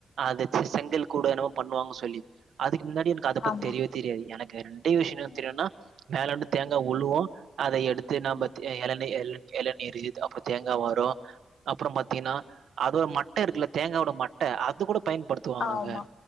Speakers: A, on the right; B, on the left.
A: அத செங்கல் கூட என்னமோ பண்ணுவாங்க சொல்லி அதுக்கு முன்னாடி எனக்கு அத பத்தி
B: ஆமா
A: தெரியவே தெரியா எனக்கு ரெண்ட விஷயோ என்ன
B: ம்ஹ்ம்,
A: தெரியும்னா மேலேண்டு தேங்கா உளுவு அத எடுத்து நாம்ப
B: ம்.
A: எளநி எளநீர் இத் அப்றோ தேங்கா வரு அப்பறம் பாத்தீங்கன்னா அதோட மட்ட இருக்குல தேங்காவோட மட்ட அது கூட பயன்படுத்துவாங்கங்க
B: ஆமா